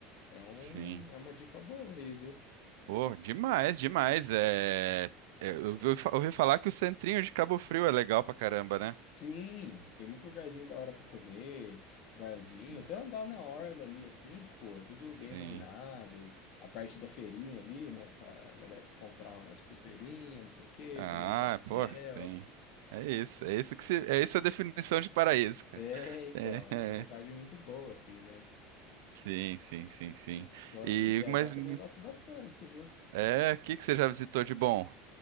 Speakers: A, on the left; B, on the right.
A: É um,
B: Sim.
A: é uma dica boa aí, viu?
B: Pô, demais, demais. É... é, Eu ouvi fa- ouvi falar que o centrinho de Cabo Frio é legal pra caramba, né?
A: Sim, tem muito lugarzinho da hora para comer, barzinho,
B: Sim,
A: até andar na orla ali assim, tipo, é tudo bem
B: sim.
A: iluminado. A parte da feirinha ali, né, pra galera comprar umas pulseirinhas, não sei o quê,
B: Ah,
A: comer um pastel.
B: pô, sim. É isso, é isso que se... é isso a definição de paraíso, cara.
A: É, então,
B: É,
A: é uma vibe
B: é.
A: muito boa assim, né?
B: Sim, sim, sim, sim.
A: Nossa,
B: E
A: mas viajar
B: mas
A: também
B: hum,
A: gosto bastante, viu?
B: é, o que que você já visitou de bom?